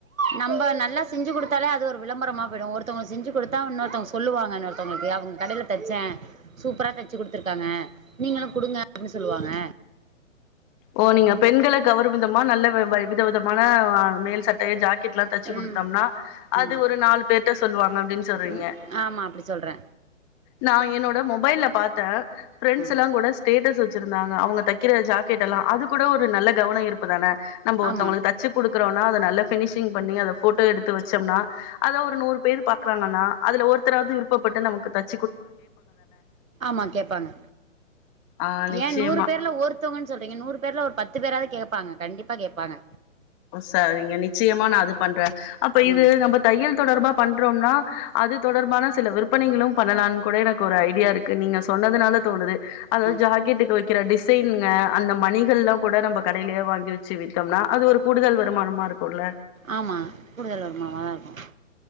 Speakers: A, on the right; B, on the left.
A: நம்ப நல்லா செஞ்சு குடுத்தாலே அது ஒரு வி விளம்பரமா போய்டு ஒருத்தவங்களுக்கு செஞ்சு குடுத்தா இன்னொருத்தவங்க சொல்லுவாங்க இன்னொருத்தவங்களுக்கு அவங்க கடையில தச்சே சூப்பரா தச்சு குடுத்துருக்காங்க நீங்களும் குடுங்க அப்டின்னு சொல்லுவாங்க
B: ஓ நீங்க பெண்களை கவரும் விதமா நல்ல வெ வ வித விதமான மேல் சட்டை ஜாக் கெட்ல தச்சு குடுத்தோம்னா,
A: ம்
B: அது
A: ம்
B: ஒரு நாலு பேர்ட்ட சொல்லுவாங்க அப்டின்னு சொல்றீங்க.
A: ம் ஆமா அப்டி சொல்றே
B: நா என்னோட மொபைல்ல பாத்தே ப்ரண்ட்ஸ்
A: ஆ
B: எல்லா கூட ஸ்டேட்டஸ் வச் இருந்தாங்க அவங்க தைக்கிற ஜா கேட்டலா அது கூட ஒரு நல்ல கவன இருப்பு தான நம்ம ஒருத்தவங்களுக்கு
A: ஆமா
B: தச்சு கொடுக்கறோனா அத நல்ல ஃபினிஷிங் பண்ணி அத ஃபோட்டோ எடுத்து வச்சு ச்சோம்னா அத ஒரு நூறு பேர் பாக்கறாங்கன்னா அதுல ஒருத்தராது விருப்பப்பட்டு நமக்கு தச்
A: ஆமா கேட்பாங்க
B: ஆ நிச்சயமா
A: ஏன் நூறு பேர்ல ஒருத்தவங்கன்னு சொல் றேங்க நூறு பேர்ல ஒரு பத்து பேராது கேட்பாங்க கண்டிப்பா கேட்பாங்க
B: சரிங்க நிச்சயமா நா அது பண்ற அப்ப இது
A: ம்
B: நம்ம தையல் தொடர்பா பண்றோம்னா அது தொடர்பான சில விற்பனைகளு பண்ணலா கூட எனக்கு ஒரு ஐடியா இருக்கு நீங்க சொன்னதுனால தோணுது அதாது
A: ம்
B: ஜாக்கெட்டுக்கு வைக்கிற டிசைன்ங்க அந்த மணிகள்லா கூட நம்ம கடையிலயே வாங்கி வெச்சு வித்தோம்னா அது ஒரு கூடுதல் வருமானமா இருக்கோல
A: ஆமா கூடுதல் வருமானமா இருக்கோ